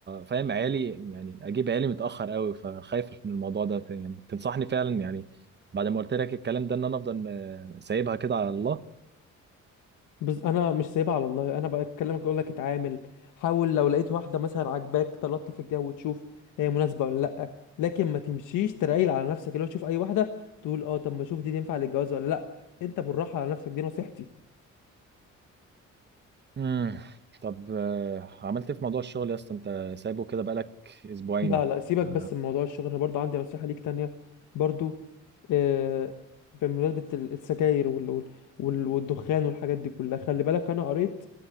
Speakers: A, on the right; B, on the left.
A: فاهم عيالي يعني اجيب عيالي متاخر قوي فخايف من الموضوع ده يعني تنصحني فعلا يعني بعد ما قلت لك الكلام ده ان انا افضل م- سايبها كده على الله
B: بس انا مش سايبها على الله انا بكلمك اقول لك اتعامل حاول لو لقيت واحدة مثلا عاجباك تلطف في الجو وتشوف هي مناسبة ولا لا لكن ما تمشيش ترايل على نفسك اللي هو تشوف اي واحدة تقول اه طب ما اشوف دي تنفع للجواز ولا لا انت بالراحة على نفسك دي نصيحتي
A: امم طب آه، عملت ايه في موضوع الشغل يا اسطى انت سايبه كده بقالك اسبوعين
B: لا لا سيبك
A: آه،
B: بس من موضوع الشغل أنا برضو عندي نصيحة ليك تانية برضو آه، بمناسبة ال- السجاير وال- وال- وال- والدخان والحاجات دي كلها خلي بالك أنا قريت